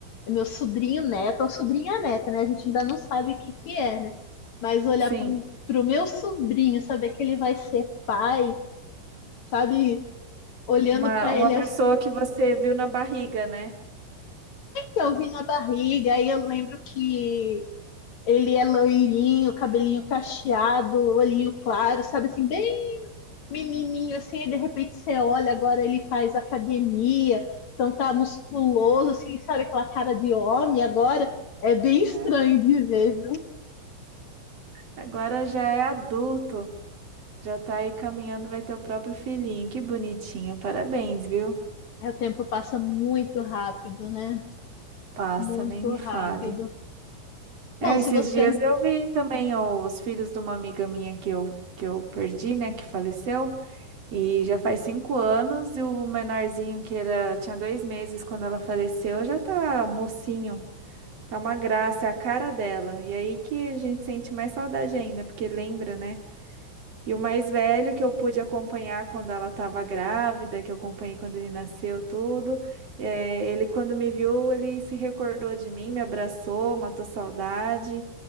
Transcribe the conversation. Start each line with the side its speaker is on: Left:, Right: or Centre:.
Left: meu sobrinho neto ou sobrinha neta, né? A gente ainda não sabe o que que é, né? Mas olhar
Right: Sim,
Left: pro, pro meu sobrinho, saber que ele vai ser pai, sabe? Olhando
Right: uma,
Left: pra
Right: uma
Left: ele
Right: pessoa
Left: assim,
Right: que você viu na barriga, né?
Left: eu vi na barriga, aí eu lembro que ele é loirinho, cabelinho cacheado, olhinho claro, sabe assim, bem menininho assim, e de repente você olha, agora ele faz academia, então tá musculoso, assim, sabe aquela cara de homem agora? É bem estranho
Right: É.
Left: de ver, viu?
Right: Agora já é adulto, já tá aí caminhando, vai ter o próprio filhinho. Que bonitinho, parabéns, viu?
Left: Aí o tempo passa muito rápido, né?
Right: Passa,
Left: Muito
Right: nem me
Left: rápido.
Right: fale. É,
Left: Bom, se
Right: esses
Left: você
Right: dias eu vi também ó, os filhos de uma amiga minha que eu, que eu perdi, né, que faleceu, e já faz cinco anos, e o menorzinho que era, tinha dois meses quando ela faleceu, já tá mocinho, tá uma graça, é a cara dela. E aí que a gente sente mais saudade ainda, porque lembra, né? E o mais velho que eu pude acompanhar quando ela estava grávida, que eu acompanhei quando ele nasceu, tudo. eh, ele, quando me viu, ele se recordou de mim, me abraçou, matou saudade.